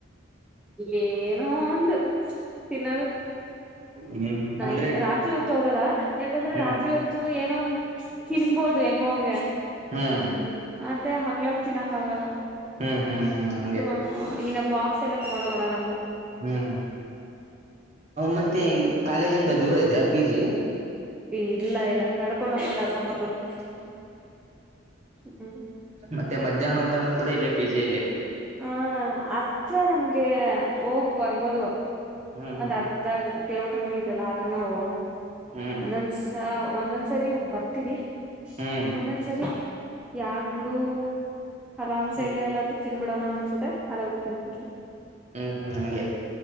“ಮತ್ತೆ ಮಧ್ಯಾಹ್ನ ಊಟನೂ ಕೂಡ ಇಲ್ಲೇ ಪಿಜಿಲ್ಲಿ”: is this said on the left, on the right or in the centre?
Right